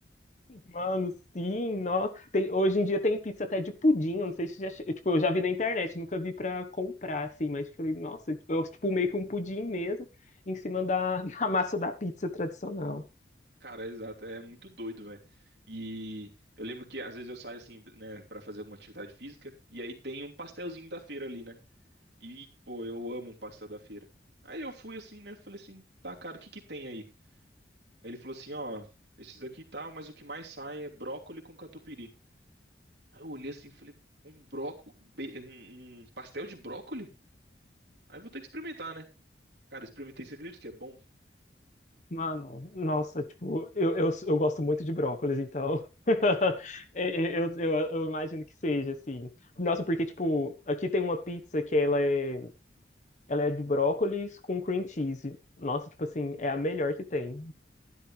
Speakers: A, on the left; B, on the right.
A: Mano, sim, nossa. Tem, hoje em dia tem pizza até de pudim, eu não sei se já. che- Tipo, eu já vi na internet, nunca vi pra comprar, assim, mas falei, nossa, tipo, eu, tipo, meio que um pudim mesmo, em cima da, <laughs> da massa da pizza tradicional.
B: Cara, exato, é muito doido, velho. E eu lembro que às vezes eu saio assim, né, pra fazer alguma atividade física, e aí tem um pastelzinho da feira ali, né? E, pô, eu amo um pastel da feira. Aí eu fui assim, né, falei assim, tá, cara, o que que tem aí? Aí ele falou assim, ó, esses aqui e tal, mas o que mais sai é brócoli com catupiry. Aí eu olhei assim, e falei, um bróco, um, um pastel de brócoli? Aí eu vou ter que experimentar, né? Cara, experimentei, você acredita que é bom?
A: Mano, nossa, tipo, eu, eu, eu gosto muito de brócolis, então. <laughs> Eu, eu, eu, eu imagino que seja, assim. Nossa, porque, tipo, aqui tem uma pizza que ela é, ela é de brócolis com cream cheese. Nossa, tipo assim, é a melhor que tem.